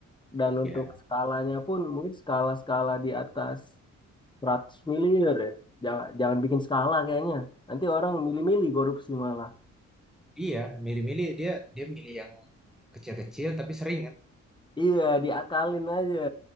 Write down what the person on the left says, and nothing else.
dan untuk
skalanya pun mungkin skala-skala di atas 100 miliar ya. Jangan, jangan bikin skala kayaknya. Nanti orang milih-milih korupsi malah.
Iya, diakalin aja.